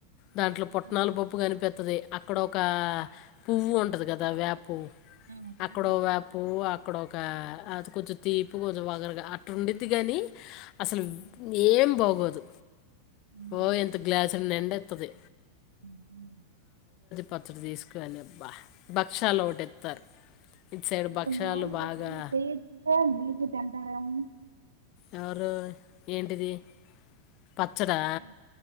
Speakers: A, on the left; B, on the right.
A: దాంట్లో పుట్నాల
B: ఉమ్,
A: పప్పు కనిపిత్తది అక్కడ ఒక పువ్వు ఉంటది కదా వేప పువ్వు
B: ఆ,
A: అక్కడా
B: ఉమ్,
A: ఒక పువ్వు ఆ అక్కడ ఒక అది కొంచెం తీపు కొంచెం వగరగా అట్ ఉండిది గాని అసలు
B: ఉమ్,
A: ఏం బాగోదు
B: ఉమ్,
A: ఓ ఇంత గ్లాసుడు నిండ ఇత్తది
B: ఉమ్ హ్మ్
A: పచ్చడి తీసుకో అని బా భక్షాలు ఒకటిెతారు ఇటు సైడ్ భక్షాలు
B: నువ్వు
A: బాగా
B: <unintelligible> చేయొచ్చుగా స్వీట్ తింటారని
A: ఎవరు ఏంటిది పచ్చడా
B: ఇదే,